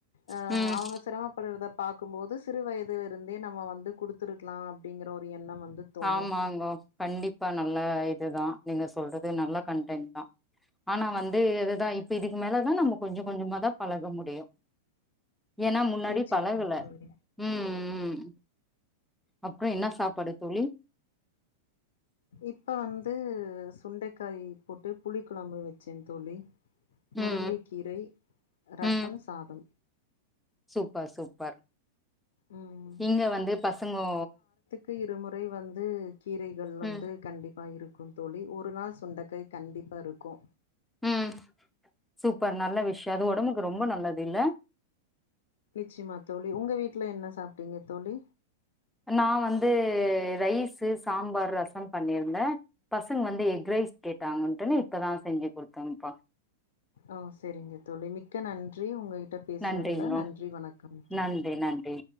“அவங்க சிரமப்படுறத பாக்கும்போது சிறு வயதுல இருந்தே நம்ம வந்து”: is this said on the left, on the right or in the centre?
Left